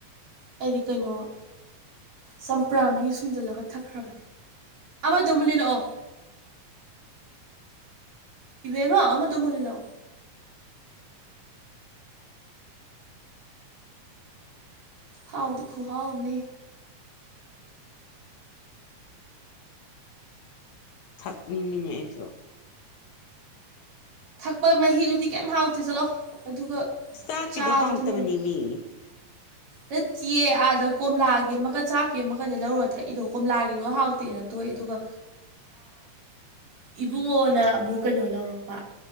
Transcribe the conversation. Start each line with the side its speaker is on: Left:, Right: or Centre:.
Right: ꯍꯥꯏꯗꯤ ꯀꯩꯅꯣ ꯆꯝꯄ꯭ꯔꯥ ꯃꯍꯤ ꯁꯨꯝꯖꯤꯜꯂꯒ ꯊꯛꯈ꯭ꯔꯕꯅꯦ ꯑꯃꯗꯨꯃ ꯂꯩ ꯂꯛꯑꯣ ꯏꯕꯦꯕ ꯑꯃꯗꯣꯃꯅꯤ ꯂꯣ ꯍꯥꯎ ꯈꯣ ꯍꯥꯎꯅꯦ
Left: ꯊꯛꯅꯤꯡꯅꯤꯡꯉꯁꯨ
Right: ꯊꯛꯄ ꯃꯍꯤꯗꯨꯗꯤ ꯀꯩꯝ ꯍꯥꯎꯇꯦ ꯆꯠꯂꯣ ꯑꯗꯨꯒ
Left: ꯇꯥꯛꯀꯤꯗꯣ
Right: ꯆꯥꯕꯗꯨꯅ
Left: ꯍꯥꯡꯇꯕꯅꯤ ꯃꯤ
Right: ꯅꯠꯇꯤꯦ ꯑꯥꯗ ꯀꯣꯝꯂꯥꯒꯤ ꯑꯃꯀꯠ ꯆꯥꯛꯀꯦ ꯑꯃꯀꯛꯅꯦ ꯂꯧꯔꯨꯔꯒ ꯊꯛꯏꯗꯣ ꯀꯣꯝꯂꯥꯒꯤꯗꯣ ꯍꯥꯎꯇꯦꯅ ꯊꯣꯛꯑꯦ ꯑꯗꯨꯒ ꯏꯕꯨꯡꯉꯣꯅ ꯑꯃꯨꯛ ꯀꯩꯅꯣ ꯂꯧꯔꯛꯄ